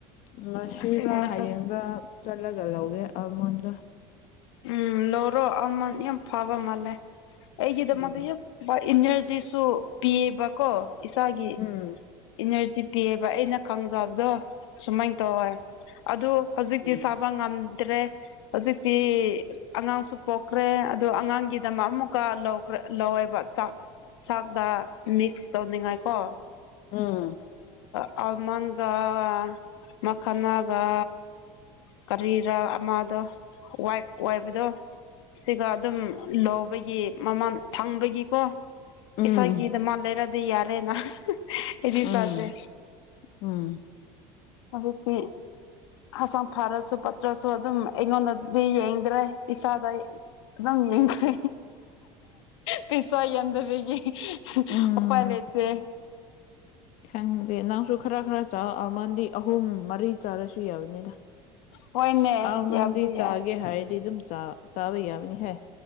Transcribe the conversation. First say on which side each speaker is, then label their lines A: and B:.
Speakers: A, on the left (about 65°); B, on the left (about 85°).
A: ꯉꯁꯤꯔꯥ
B: ꯑꯁꯤꯒꯨꯝꯕꯁꯨ
A: ꯍꯌꯦꯡꯔ ꯆꯠꯂꯒ ꯂꯧꯔꯦ ꯑꯜꯃꯣꯟꯗꯣ
B: ꯎꯝ ꯂꯧꯔꯣ ꯑꯃ ꯌꯥꯝ ꯐꯕ ꯃꯥꯜꯂꯦ ꯑꯩꯒꯤꯗꯃꯛꯇ
A: ꯎꯝ
B: ꯌꯥꯝ ꯕ ꯏꯟꯅ꯭ꯔꯖꯤꯁꯨ ꯄꯤꯌꯦꯕꯀꯣ ꯏꯁꯥꯒꯤ
A: ꯎꯝ
B: ꯏꯅꯔꯖꯤ ꯄꯤꯌꯦꯕ ꯑꯩꯅ ꯈꯪꯖꯕꯗꯣ ꯁꯨꯃꯥꯏꯅ ꯇꯧꯋꯦ ꯑꯗꯨ ꯍꯧꯖꯤꯛꯇꯤ
A: ꯎꯝ
B: ꯁꯥꯕ ꯉꯝꯗ꯭ꯔꯦ ꯍꯧꯖꯤꯛ ꯇꯤ ꯑꯉꯥꯡꯁꯨ ꯄꯣꯛꯈ꯭ꯔꯦ ꯑꯗꯣ ꯑꯉꯥꯡꯒꯤꯗꯃꯛ ꯑꯃꯨꯛꯀ ꯂꯧꯈ꯭ꯔ ꯂꯧꯋꯦꯕ ꯆꯥꯛ ꯆꯥꯛꯗ ꯃꯤꯛꯁ ꯇꯧꯅꯤꯡꯉꯥꯏꯀꯣ
A: ꯎꯝ
B: ꯑ ꯑꯜꯃꯟꯒꯥꯎ ꯃꯈꯅꯥꯒ ꯀꯔꯤꯔꯥ ꯑꯃꯗ ꯋꯥꯏ ꯋꯥꯏꯕꯗꯣ ꯁꯤꯒ ꯑꯗꯨꯝ ꯂꯧꯕꯒꯤ ꯃꯃꯜ ꯊꯪꯕꯒꯤꯀꯣ
A: ꯎꯝ
B: ꯏꯁꯒꯤꯗ ꯃꯥꯜ ꯂꯩꯔꯗꯤ ꯌꯥꯔꯦꯅ ꯑꯦꯗꯤ
A: ꯎꯝ
B: ꯆꯗ꯭ꯔꯦ
A: ꯎꯝ ꯎꯝ
B: ꯍꯧꯖꯤꯛꯇꯤ ꯍꯆꯥꯡ ꯐꯔꯁꯨ ꯄꯠꯇ꯭ꯔꯁꯨ ꯑꯗꯨꯝ ꯑꯩꯉꯣꯟꯗꯗꯤ ꯌꯦꯡꯗ꯭ꯔꯦ ꯄꯁꯥꯗ ꯑꯗꯨꯝ ꯌꯦꯡꯈ ꯄꯤꯁꯥ ꯌꯥꯟꯗꯕꯒꯤ
A: ꯎꯝ
B: ꯑꯣꯄ ꯑꯦꯂꯇꯦ
A: ꯈꯪꯗꯦ ꯅꯪꯁꯨ ꯈꯔ ꯈꯔ ꯆꯛꯃꯗꯤ ꯑꯍꯨꯝ ꯃꯔꯤ ꯆꯥꯔꯁꯨ ꯌꯥꯕꯅꯤꯗ
B: ꯍꯣꯏꯅꯦ
A: ꯑ ꯅꯝꯗꯤ
B: ꯌꯥꯕꯗꯤ
A: ꯆꯥꯒꯦ
B: ꯌꯥꯏ
A: ꯍꯥꯏꯔꯗꯤ ꯑꯗꯨꯝ ꯆꯥ ꯆꯥꯕ ꯌꯥꯕꯅꯤꯍꯦ